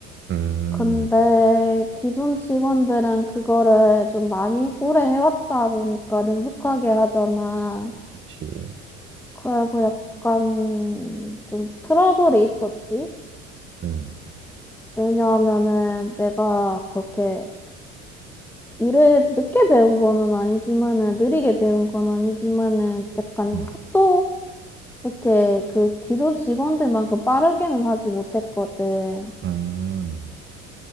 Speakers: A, on the right (about 30°); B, in the centre.
A: 음,
B: 근데 기존 직원들은 그거를 좀 많이 오래 해왔다 보니까 능숙하게 하잖아.
A: 그치.
B: 그래서 약간 좀 트러블이 있었지.
A: 음,
B: 왜냐하면은 내가 그렇게 일을 늦게 배운 거는 아니지만은 느리게 배운 건 아니지만은 약간
A: 음.
B: 속도 이렇게 그 기존 직원들만큼 빠르게는 하지 못했거든.
A: 음.